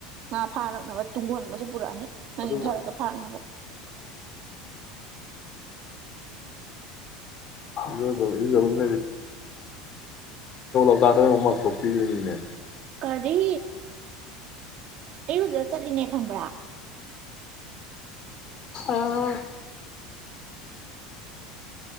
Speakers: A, on the right; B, on the left.
A: ꯉꯥ ꯐꯥꯔꯛꯅꯕ ꯇꯨꯡꯒꯣꯟꯜ ꯑꯃꯁꯨ ꯄꯨꯔꯛꯑꯅꯤ ꯅꯪ
B: ꯑꯗꯨꯕꯨ
A: ꯏꯟꯊꯔꯒ ꯐꯥꯔꯛꯅꯕ
B: ꯖ ꯃꯤꯤꯔ ꯃ ꯇ ꯃꯊ ꯄꯤꯅꯤ
A: ꯀꯔꯤ ꯑꯩꯔꯨꯖ ꯆꯠꯂꯤꯅꯦ ꯈꯪꯕ꯭ꯔꯥ
B: ꯑꯣꯍ